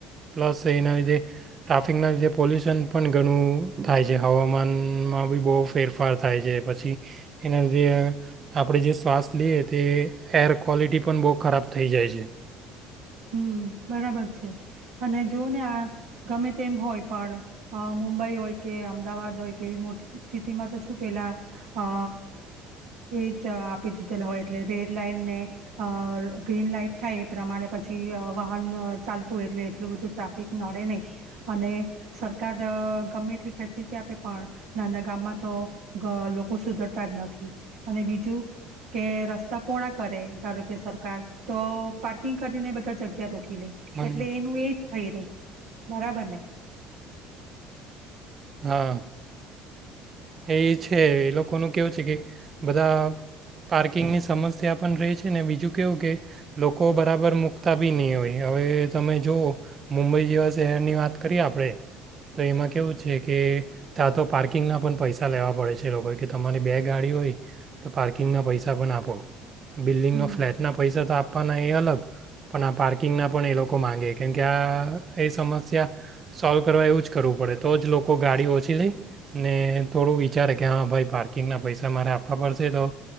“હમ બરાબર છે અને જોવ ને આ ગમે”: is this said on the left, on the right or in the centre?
Right